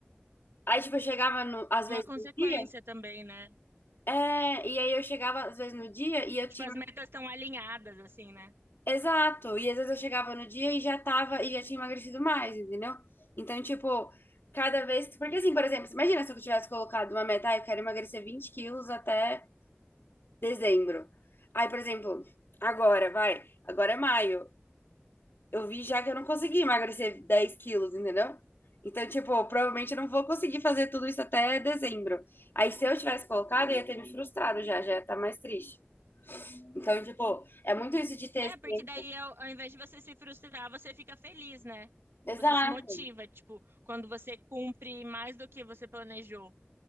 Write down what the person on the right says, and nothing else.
Uma
consequência
também, né?
Tipo,
as metas estão alinhadas, assim, né?
É, porque
daí, ao, ao invés de você se frustrar, você fica feliz, né?
Você se motiva, tipo, quando você cumpre mais do que você planejou.